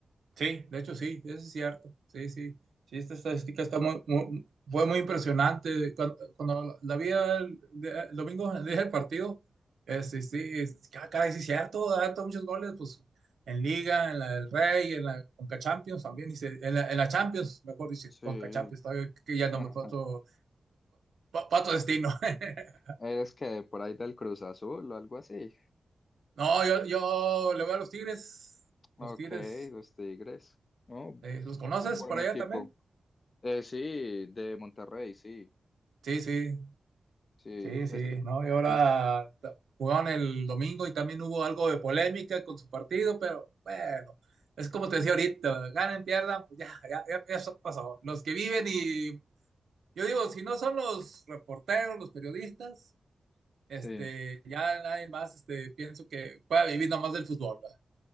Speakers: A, on the right; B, on the left.
A: Sí, de hecho sí, eso es cierto. Sí, sí. Sí, esta estadística está muy, muy- fue muy impresionante. Cuando, cuando la la vi el, de- el domingo, el día del partido, eh, sí, sí, es- ah, caray, sí es cierto, ha dado muchos goles, pues en Liga, en la del Rey, en la Conca Champions también, y se- en la, en la Champions, mejor dice
B: Sí.
A: Conca Champions, todavía que ya no
B: <laughs>
A: me pato, pato destino. <laughs>
B: ¿Eres que por ahí del Cruz Azul o algo así?
A: No, yo, yo le voy a los Tigres,
B: Ok,
A: los Tigres.
B: los Tigres. Oh,
A: Eh, ¿los conoces
B: un buen
A: por
B: equipo.
A: allá también?
B: Eh, sí, de Monterrey, sí.
A: Sí, sí,
B: Sí,
A: sí, sí,
B: es-
A: ¿no? Y ahora
B: es-
A: ta- jugaron el domingo y también hubo algo de polémica con su partido, pero bueno, es como te decía ahorita, ganen, pierdan, pues ya, ya, ya, ya eso pasó. Los que viven y yo digo, si no son los reporteros, los periodistas, este,
B: sí.
A: ya nadie más, este, pienso que pueda vivir nomás del fútbol, ¿verdad?